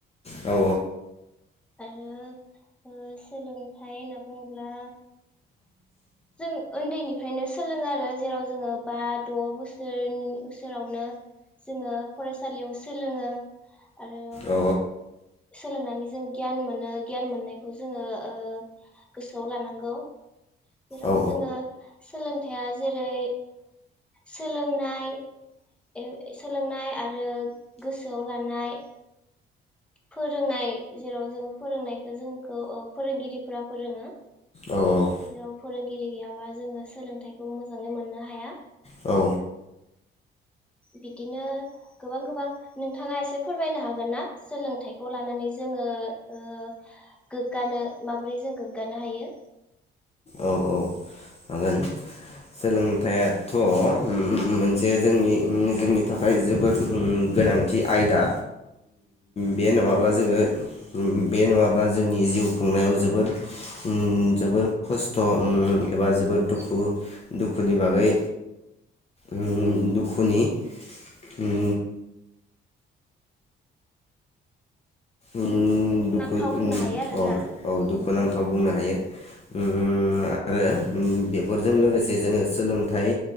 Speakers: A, on the left; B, in the centre.
A: औ
B: आरो ओ सोलोंथाइ होनना बुङोब्ला जों ओनदैनिफ्रायनो सोलोङो आरो जेराव जोङो बा द' बोसोरनि ओ बोसोरावनो जोङो फरायसालियाव सोलोङो आरो
A: औ
B: सोलोंनानै जों गियान मोनो गियान मोननायखौ जोंङो ओ गोसोआव लानांगौ। जेराव
A: औ
B: जोङो। सोलोंथाइया जेरै सोलोंनाय एव सोलोंनाय आरो गोसोआव लानाय। फोरोंनाय जेराव जों फोरोंनायखो जोंखौ ओ फोरोंगिरिफोरा फोरोङो।
A: औ औ
B: जेराव फोरोंगिरि गैयाबा जोङो सोलोंथाइखौ मोजाङै मोननो हाया।
A: औ
B: बिदिनो गोबां गोबां नोंथाङा एसे फोरमायनो हागोन ना सोलोंथाइखौ लानानै जोङो ओ गोग्गानो माबोरै जों गोग्गानो हायो?
A: औ औ हागोन सोलोंथाइाथ' मोनसे जोंनि जोंनि थाखाय जोबोद गोनांथि आयदा। बे नङाब्ला
B: थारैनो
A: जोङो
B: नंगौ
A: बे नङाब्ला जोंनि जिउ खुंनायाव जोबोर उम जोबोर। खस्थ' एबा जोबोद दुखु दुखुनि बागै उम दुखुनि उम। उम
B: दुखुनांथाव
A: दुखु
B: बुंनो
A: उम
B: हायो आरोना
A: औ औ दुखुनांथाव
B: नोंथां
A: बुंनो हायो। ओम आरो बेफोरजों लोगोसे जोंङो सोलोंथाइ